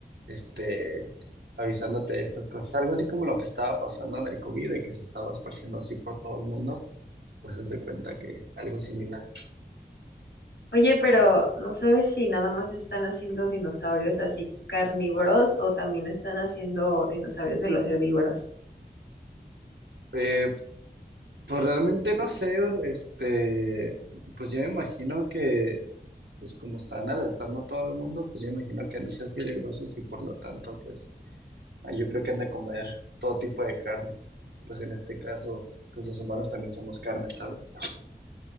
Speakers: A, on the right; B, on the left.
A: este, avisándote de estas cosas, algo así como lo que estaba pasando en el COVID, de que se estaba esparciendo así por todo el mundo. Pues haz de cuenta que algo similar.
B: Oye, pero ¿no sabes si nada más están haciendo dinosaurios así carnívoros o también están haciendo dinosaurios de los herbívoros?
A: Eh, pues realmente no sé, este, pues yo me imagino que, pues como están alertando a todo el mundo, pues yo me imagino que han de ser peligrosos y por lo tanto, pues ah, yo creo que han de comer todo tipo de carne. Pues en este caso, pues los humanos también somos carne, ¿sabes?